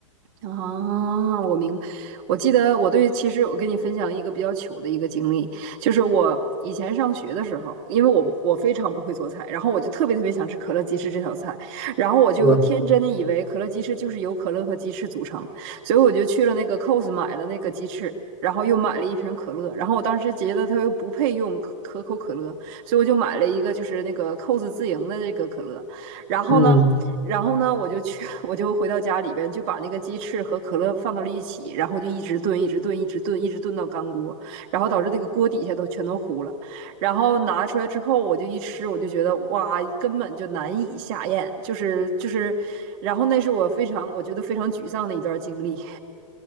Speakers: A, on the right; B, on the left.
A: 啊，我明白。我记得我对，其实我跟你分享一个比较糗的一个经历，就是我以前上学的时候，因为我我非常不会做菜，然后我就特别特别想吃可乐鸡翅这道菜，然后我就天真的以为可乐鸡翅就是由可乐和鸡翅组成，
B: 是吧，
A: 所以我就去了那个 COS 买了那个鸡翅。然后又买了一瓶可乐，然后我当时觉得它又不配用可可口可乐，所以我就买了一个就是那个 COS 自营的这个可乐。然后呢，
B: 嗯。
A: 然后呢，我就去，<laughs> 我就回到家里边，就把那个鸡翅和可乐放到了一起，然后就一直炖，一直炖，一直炖，一直炖到干锅，然后导致那个锅底下都全都糊了。然后拿出来之后，我就一吃，我就觉得哇，根本就难以下咽，就是就是，然后那是我非常我觉得非常沮丧的一段经历。